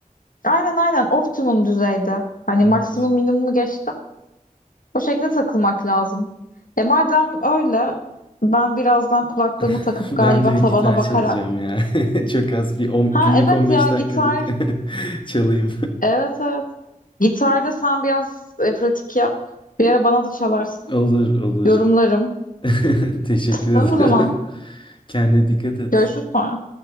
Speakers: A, on the left (about 70°); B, on the left (about 35°).
A: Aynen aynen optimum düzeyde. Hani
B: Evet.
A: maksimum minimumu geçtim. O şekilde takılmak lazım. E madem öyle ben birazdan kulaklığımı
B: <laughs>
A: takıp
B: Ben
A: galiba
B: de bir
A: tavana
B: gitar
A: bakarak.
B: çalacağım ya. <laughs> Çok az bir on,
A: Ha
B: günlük
A: evet
B: 15
A: ya
B: dakikalık
A: gitar.
B: <laughs> çalayım.
A: Evet evet. Gitarda sen biraz e, pratik yap. Bir ara bana da çalarsın.
B: <laughs> Olur olur.
A: Yorumlarım.
B: <laughs> Teşekkür
A: Tamam
B: ederim.
A: o zaman.
B: <laughs> Kendine dikkat et.
A: Görüşürüz sonra.